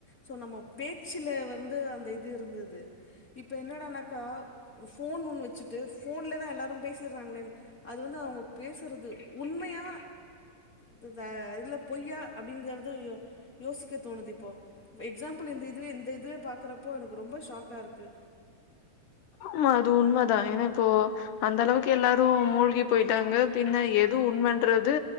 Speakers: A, on the left; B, on the left.
A: சே நம்ம பேச்சில் வந்து அந்த இது இருந்தது இப்போ என்னடானாக்கா ஃபோனுன்னு வச்சுட்டு ஃபோன்லே தா எல்லாரு பேசிடுறாங்களேன்னு அது வந்து அவங்க பேசுறது உண்மையா த்துத இதுல பொய்யா அப்டிங்கறது யோ யோசிக்க தோணுது இப்போ எக்ஸாம்பிள் இந்த இதுவே இந்த இதுவே பாக்கறப்போ எனக்கு ரொம்ப ஷாக்காருக்கு
B: ஆமா அது உண்ம தா ஏனா இப்போ அந்த அளவுக்கு எல்லாரும் மூழ்கி போயிட்டாங்க பின்ன எது உண்மன்றது